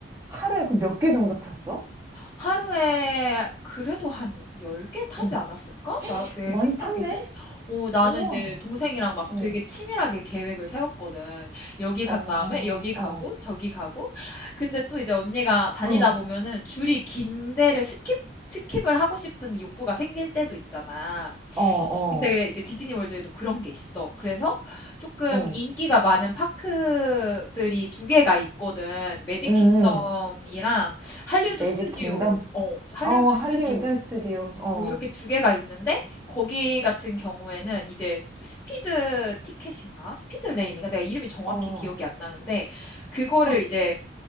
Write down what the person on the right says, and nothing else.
하루에 그 몇 개 정도 탔어?
응.
많이
탔네?
우와.
응.
어,
어.
응.
어, 어.
응.
음.
매직
킹덤?
어, 할리우드
스튜디오. 어.
어.
더,